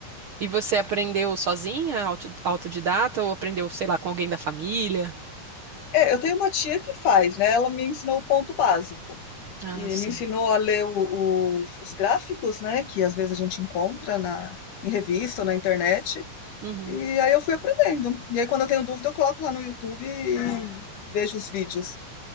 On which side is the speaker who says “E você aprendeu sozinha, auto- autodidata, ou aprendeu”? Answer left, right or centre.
Right